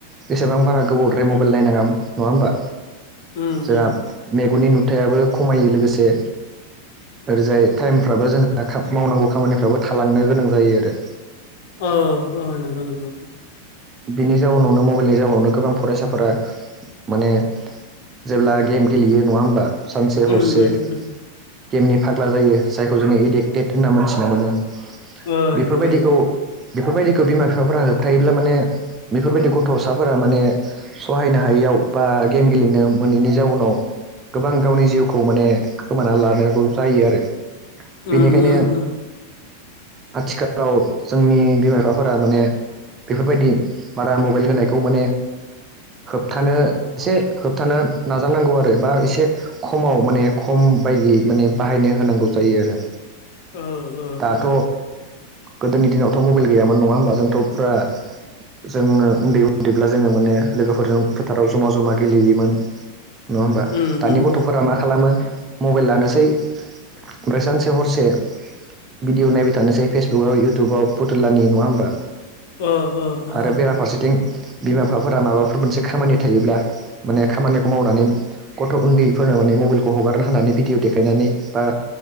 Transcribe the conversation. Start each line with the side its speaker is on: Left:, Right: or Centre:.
Right: बेसेबां बारा गोबावद्राय मबाइल नायनाङा नङा होमबा
Left: उम
Right: जोंहा।
Left: उम
Right: मेगननि नुथायाबो खमायो लोगोसे। ओरैजाय टाइमफ्राबो जोंहा मावनांगौ खामानिफ्राबो थालांनो गोनां जायो आरो।
Left: अ अ नंगौ नंगौ।
Right: बिनि जाउनावनो मबाइलनि जाउनावनो गोबां फरायसाफोरा माने। जेब्ला गेम गेलेयो नङा होमबा सानसे
Left: उम
Right: हरसे।
Left: उम उम
Right: गेमनि फाग्ला जायो जायखौ जोङो एडिक्टेड होनना मोनथिना मोनो
Left: ओ
Right: बेफोर
Left: नंगौ
Right: बायदिखौ
Left: नंगौ
Right: बेफोरबायदिखौ बिमा बिफाफोरा होबथायायोब्ला माने बेफोरबायदि गथ'साफोरा माने। सहायनो हायैयाव बा गेम गेलेनो मोनैनि जाउनाव। गोबां गावनि जिउखौ माने खोमाना लानांगौ जायो आरो
Left: उम
Right: बेनिखायनो।
Left: उम उम
Right: आथिखालाव जोंनि बिमा बिफाफोरा माने बेफोर बायदि बारा मबाइल होनायखौ माने होबथानो एसे। होबथानो नाजानांगौ आरो बा एसे खमाव माने खम बायदियै माने बाहायनो होनांगौ जायो आरो।
Left: ओ ओ
Right: दाथ'
Left: ओ
Right: गोदोनि दिनावथ' मबाइल गैयामोन नङा होमबा जोंथ' फुरा। जोङो उन्दै उन्दैब्ला जोङो माने लोगोफोरजों फोथाराव जमा जमा गेलेयोमोन। नङा होमबा
Left: उम
Right: दानि
Left: उम
Right: गथ'फोरा
Left: उम
Right: मा खालामो मबाइल लानोसै उमफ्राय सानसे हरसे भिडिअ नायबाय थानोसै फेसबुकाव इउटुबाव फुथुलानि नङा होनोमबा?
Left: ओ ओ। ओ
Right: आरो बेराफारसेथिं बिमा बिफाफोरा माबाफोर मोनसे खामानि थायोब्ला माने खामानि। मावनानै गथ' उन्दैफोरनो माने मबाइलखौ हगारनो हानानै भिडिअ देखायनानै बा